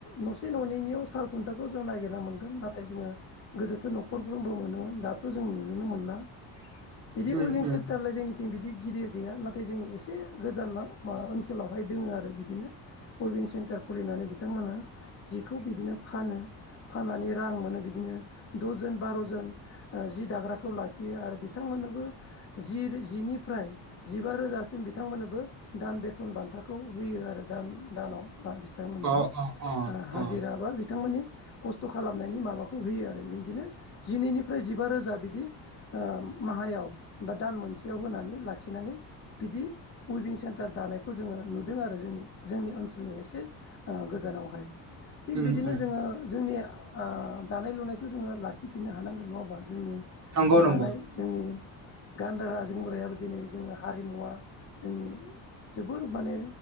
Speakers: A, on the left; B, on the right.
A: न'से न'नैनियाव साल खुन्थाखौ जों नागिरना मोनगोन नाथाय जोङो गोदोथ' न'खरफ्रोमबो मोनोमोन दाथ' जों नुुनोनो मोनला। बिदि
B: उम
A: उइबिं
B: उम
A: सेनटारालाय जोंनि थिं बिदि गिदिर गैया नाथाय जोंनि एसे गोजान ओनसोलावहाय दङ आरो बिदिनो उइभिं सेन्टार खुलिनानै बिथांमोनहा जिखौ बिदिनो फानो फान्नानै रां मोनो बिदिनो दसज'न बार'जन जि दाग्राखौ लाखियो आरो बिथांमोननोबो रां जि जिनिफ्राय जिबा रोजासिम बिथांमोननोबो दान बेथन बान्थाखौ होयो आरो दान दानाव बा बिथांमोननोबो
B: अ अ अ
A: हाजिरा
B: अ
A: बा बिथांमोननि खस्थ' खा खालामनायनि माबाखौ होयो आरो बिदिनो जिनैनिफ्राय जिबा रोजा बिदि माहायाव बा दान मोनसेयाव होनानै लाखिनानै बिदि उइबिं सेन्टार दानायखौ जोङो नुदों आरो। जोंनि ओनसोलनि एसे गोजानावहाय थिग
B: उम
A: बिदिनो
B: उम
A: जोङो जोंनि ओ दानाय लुनायखौ जोङो लाखिफिननो हानांगोन नङा हबा जोंनि
B: नंगौ नंगौ
A: दानाय जोंनि गानग्रा जोमग्रायाबो दिनै जोङो हारिमुवा जोंनि जोबोर माने